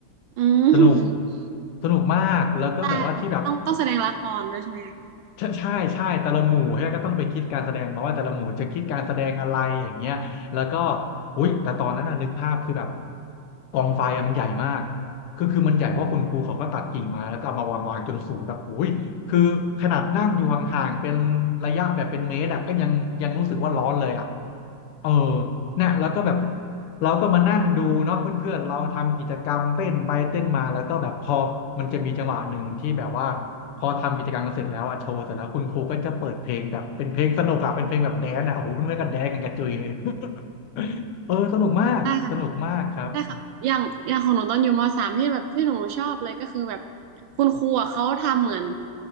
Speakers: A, on the right; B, on the left.
A: อื
B: สนุก
A: ม
B: สนุกมากแล้วก็แบบว่าที่แบบ
A: ได้แบบต้องต้องแสดงละครด้วยใช่ไหม
B: ใช่ใช่ใช่แต่ละหมู่เฮ้ยก็ต้องไปคิดการแสดงมาว่าแต่ละหมู่จะคิดการแสดงอะไรอย่างเงี้ยแล้วก็อุ๊ยแต่ตอนนั้นน่ะนึกภาพคือแบบกองไฟอ่ะมันใหญ่มากคือคือมันใหญ่เพราะคุณครูเขาก็ตัดกิ่งไม้แล้วก็เอามาวางวางจนสูงแบบอุ้ยคือขนาดนั่งอยู่ห่างๆเป็นระยะแบบเป็นเมตรอะก็ยังยังรู้สึกว่าร้อนเลยอ่ะ เออเนี่ยแล้วก็แบบเราก็มานั่งดูเนาะเพื่อนๆเราทำกิจกรรมเต้นไปเต้นมาแล้วก็แบบพอมันจะมีจังหวะหนึ่งที่แบบว่าพอทำกิจกรรมกันเสร็จแล้วอะโชว์เสร็จแล้วคุณครูก็จะเปิดเพลงแบบเป็นเพลงสนุกอะเป็นเพลงแบบแดนซ์อะโอ้โหเพื่อนๆก็แดนซ์กันกระจุยเลย <laughs> เออสนุกมากสนุกมากครับ
A: ใช่ค่ะใช่ค่ะอย่างอย่างของหนูตอนอยู่มสามที่แบบที่หนูชอบเลยก็คือแบบคุณครูอะเขาทำเหมือน